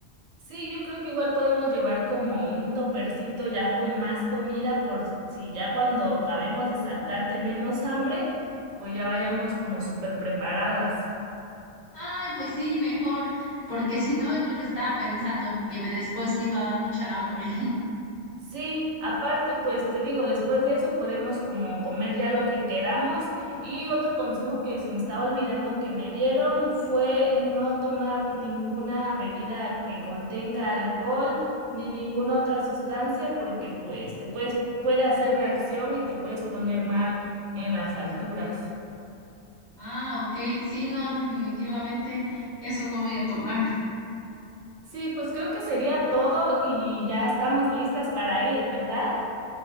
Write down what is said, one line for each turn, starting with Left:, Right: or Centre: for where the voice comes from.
Right: Sí, yo creo que igual podemos llevar como un topercito ya con más comida por si ya cuando acabemos de saltar tenemos hambre, pues ya vayamos como súper preparadas.
Left: Ay, pues sí, mejor, porque <laughs> si no es lo que estaba pensando, que después me iba a dar mucha hambre. <laughs>
Right: Sí, aparte, pues te digo, después de eso podemos como comer ya lo que queramos. Y otro consejo que se me estaba olvidando que me dieron fue no tomar ninguna bebida que contenga alcohol ni ninguna otra sustancia porque pues te puedes, puede hacer reacción y te puedes poner mal en las alturas.
Left: Ah, ok, sí, no, <laughs> definitivamente eso no voy a tomar.
Right: Sí, pues creo que sería todo y ya estamos listas para ir, ¿verdad?